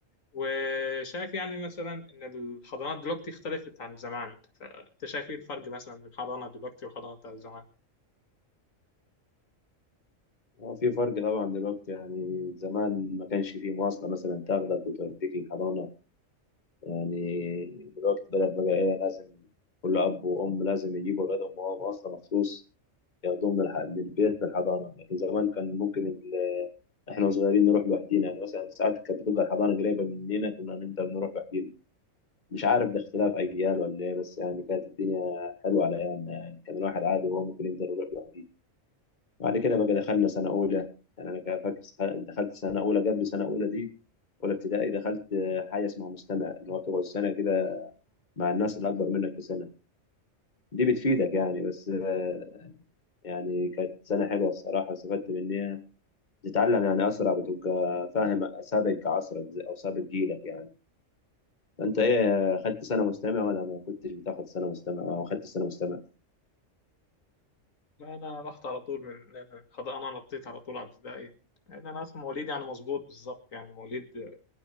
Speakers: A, on the left (about 80°); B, on the left (about 35°).
A: وشايف يعني مثلا إن الحضانات دلوقتي اختلفت عن زمان فأنت شايف إيه الفرق مثلا من الحضانة دلوقتي والحضانة بتاعت زمان؟
B: هو في فرق طبعا دلوقتي يعني زمان ما كانش فيه مواصله مثلا تاخدك وتوديك للحضانه يعني دلوقتي بدأت بقى إيه لازم كل أب وأم لازم يجيبوا أولادهم وهم أصلا مخصوص ياخدوهم من, الح... من البيت للحضانة لكن زمان كان ممكن ال... إحنا صغيرين نروح لوحدينا يعني مثلا ساعات كانت بتبقى الحضانة قريبة مننا كنا نقدر نروح لوحدينا مش عارف ده اختلاف أجيال ولا إيه بس يعني كانت الدنيا حلوة على أيامنا يعني كان الواحد عادي وهو ممكن يقدر يروح لوحده بعد كده بقى دخلنا سنة أولى يعني أنا كان فاكر دخلت سنة أولى قبل سنة أولى دي أولى ابتدائي دخلت آه، حاجة اسمها مستمع اللي هو بتقعد سنة كده مع الناس اللي اكبر منك بسنه دي بتفيدك يعني بس آه، يعني كانت سنه حلوه الصراحه استفدت منها تتعلم يعني اسرع بتبقى فاهم سابق عصرك زي- او سابق جيلك يعني فانت ايه خدت سنه مستمع ولا ما كنتش بتاخد سنه مستمع او خدت سنه مستمع
A: لا أنا رحت على طول من الحضانة نطيت على طول على ابتدائي لأن أنا أصلا مواليد يعني مظبوط بالظبط يعني مواليد